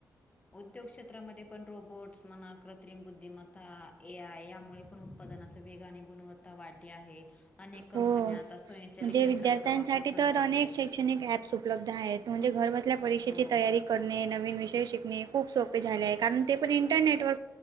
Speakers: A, on the left; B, on the right.
A: उद्योग क्षेत्रामध्ये पण रोबोट्स म्हणा, कृत्रिम बुद्धिमत्ता, ए आय यामुळे पण उत्पादनाचे वेगाने गुणवत्ता वाढली आहे. अनेक कंपन्या
B: हो
A: आता स्वयंचलित
B: म्हणजे
A: यंत्रांचा
B: विद्यार्थ्यांसाठी
A: वापर करत
B: तर अनेक
A: आहेत.
B: शैक्षणिक ॲप्स उपलब्ध आहेत. म्हणजे घर बसल्या परीक्षेची
A: हो
B: तयारी करणे. नवीन विषय शिकणे. खूप सोपे झाले आहे. कारण ते पण इंटरनेटवर